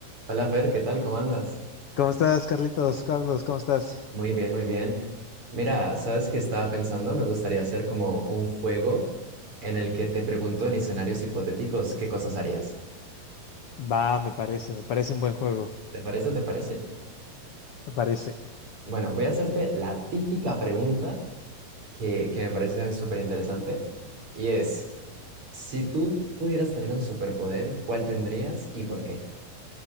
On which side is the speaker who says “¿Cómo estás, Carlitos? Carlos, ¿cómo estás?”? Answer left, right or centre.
Left